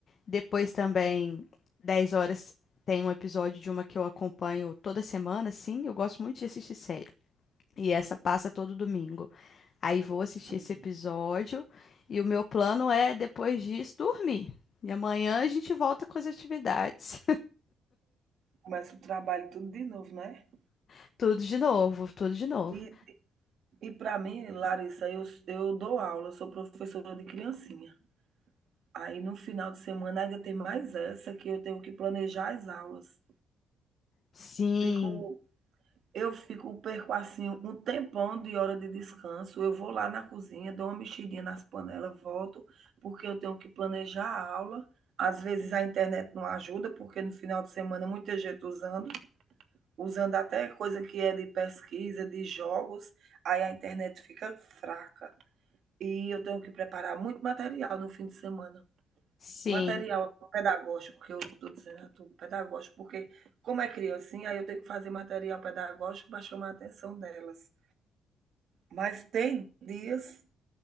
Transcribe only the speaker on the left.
Depois também, 10 horas, tem um episódio de uma que eu acompanho toda semana, assim. Eu gosto muito de assistir série. E essa passa todo domingo. Aí vou assistir
esse episódio e o meu plano é, depois disso, dormir. E amanhã a gente volta com as atividades.
<laughs> Tudo de novo, tudo de novo.
Sim,
sim,